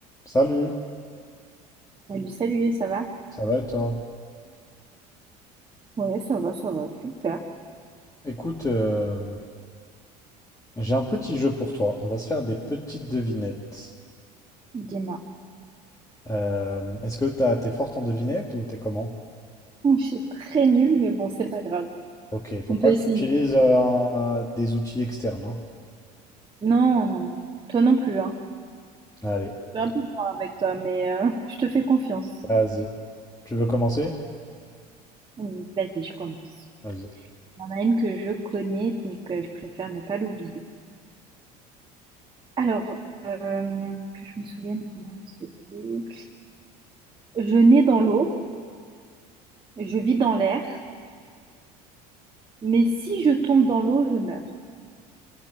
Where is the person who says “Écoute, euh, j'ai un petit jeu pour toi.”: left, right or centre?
Left